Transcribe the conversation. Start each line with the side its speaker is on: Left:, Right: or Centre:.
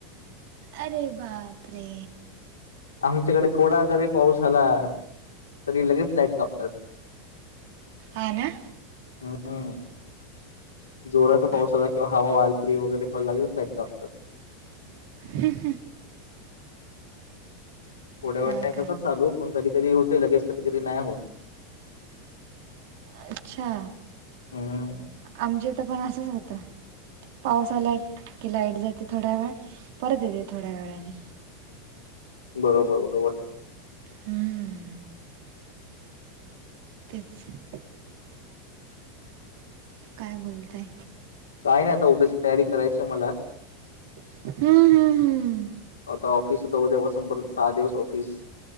Right: अरे बापरे,
Left: आमच्याकडे थोडा जरी पाऊस झाला तरी लगेच लाईट कापतात. <inaudible>
Right: हा ना.
Left: हम्म,
Right: तेच
Left: जोराचा
Right: ना
Left: पाऊस आला. किंवा हवा आली वगैरे पण लागेल साईटला कापतात.
Right: ह ह <unintelligible>
Left: थोड्या वेळ
Right: काय काय
Left: चालू पण कधी कधी होते लगेज कधी कधी नाही होत.
Right: अच्छा
Left: हम्म
Right: आमच्य इथं पण असच होतं. पाऊस आला. की लाईट जाते थोड्या वेळ परत येते थोड्या वेळाने,
Left: बरोबर बरोबर,
Right: हम्म, तेच तेच काय बोलताय.
Left: काय नाही आता उद्याची तयारी करायची मला,
Right: हम्म हम्म हम्म
Left: आता ऑफिस सुद्धा उद्यापासून परत सहा दिवस ऑफिस